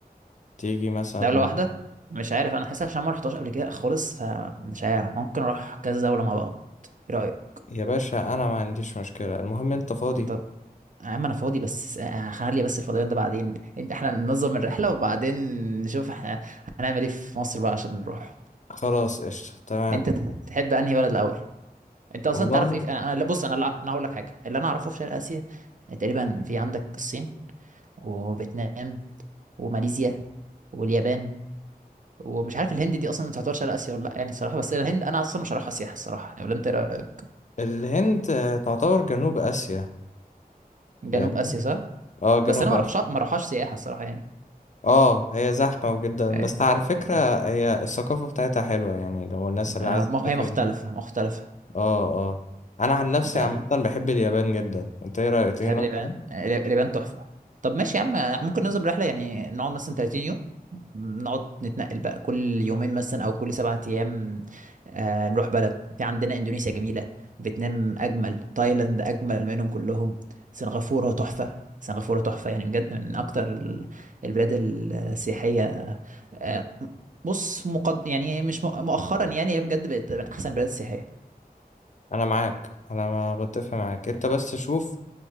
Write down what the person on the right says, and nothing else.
دولة واحدة مش عارف انا حاسس عشان ما رحتهاش قبل كده خالص فمش عارف ممكن اروح كذا دولة مع بعض ايه رأيك
انت يا عم انا فاضي بس آه، خلي بس الفضيان ده بعدين انت احنا ننظم الرحلة وبعدين نشوف احنا هنعمل ايه في مصر بقى عشان نروح
انت ت- تحب انهي بلد الاول انت اصلا
تعرف ايه في... انا انا- لا، بص انا لا- انا هقول لك حاجه اللي انا اعرفه في شرق اسيا تقريبا في عندك الصين وفيتنام وماليزيا واليابان ومش عارف الهند دي اصلا تعتبر شرق اسيا ولا لا يعني الصراحه بس الهند انا اصلا مش هروحها سياحه الصراحه يعني، ولا انت إيه رأيك؟
جنوب
اسيا صح
بس انا ما
اروحش ما اروحهاش سياحه الصراحه يعني
ايه
أم-
آه،
م-
هي مختلفه
مختلفه
طيب
دهب
اليابان
اليابان تحفة طب ماشي يا عم ممكن ننزل رحلة يعني نقعد مثلا 30 يوم نقعد نتنقل بقى كل يومين مثلا او كل سبعة ايام آه نروح بلد في عندنا اندونيسيا جميلة فيتنام اجمل تايلاند اجمل منهم كلهم سنغافورة تحفة سنغافورة تحفة يعني بجد من اكتر ال- البلاد السياحية آه بص مقد يعني مش مؤ- مؤخرا يعني هي بجد بقت من احسن البلاد السياحية